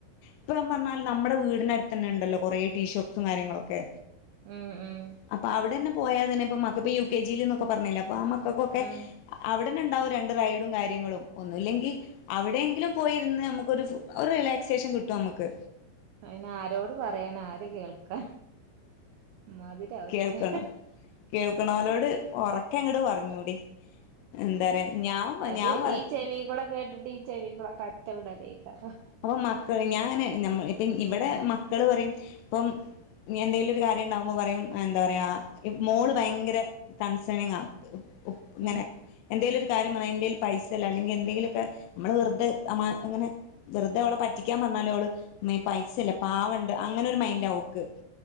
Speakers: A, on the left; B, on the right.
A: ഇപ്പം പറഞ്ഞാല് നമ്മടെ വീടിനട്ത്തന്നെണ്ടല്ലോ കൊറേ ടീ ഷോപ്പ്സും കാര്യങ്ങളൊക്കെ
B: ഉം ഉം
A: അപ്പ അവിടെന്നെ പോയാ തന്നെ ഇപ്പം മക്കപ്പ് യു കെ ജീല്ന്നൊക്കെ പറ്ഞ്ഞിലേ. ഇപ്പ ആഹ് മക്കക്കൊക്കെ
B: ഉം
A: അവിടെന്നെണ്ടാവും രണ്ട് റൈഡും കാര്യങ്ങളും ഒന്നുല്ലെങ്കി അവിടെയെങ്കിലും. പോയിര്ന്ന് അമ്മക്കൊര് ഫ് ഒര് റിലാക്സേഷൻ കിട്ടു അമ്മക്ക്.
B: അയിന് ആരോട് പറയാന് ആര് കേൾക്കാ ഇമ്മാതിരി അവസ്ഥേ
A: കേൾക്കണം കേൾക്കണോലോട് ഉറക്കെ അങ്ങട് പറഞ്ഞൂടി എന്താ പറയാ ഞാൻ
B: അത്
A: ഞാൻ പറ
B: ഈ ചെവീ കൂടെ കേട്ട്ട്ട് ഈ ചെവിക്കുടെ <unintelligible> ഒറ്റ വിടെലെകാരം
A: അപ്പം മക്കൾ ഞാൻ ഞ മ ഇപ്പം ഇവിടെ മക്കള് പറയും ഇപ്പം. എന്തെങ്കിലും ഒരു കാര്യം ഉണ്ടാവുമ്പോ പറയും എന്താ പറയാ മോള് ഭയങ്കര കണ്സേണിങ്ങാ ങ്ങനേ
B: ഉം
A: എന്തെങ്കിലും ഒരു കാര്യം പറ <unintelligible> എന്തെല് പൈസല്ല അല്ലെങ്കി എന്തെങ്കിലുക്കെ നമ്മൾ വെറ്തെ തമാ അങ്ങനെ വെറ്തെ ഓളെ പറ്റിക്കാൻ പറ്ഞ്ഞാല് ഓള് മ്മെ പൈസല്ല പാവണ്ട് അങ്ങനെ ഒരു മൈൻഡ ഓക്ക്.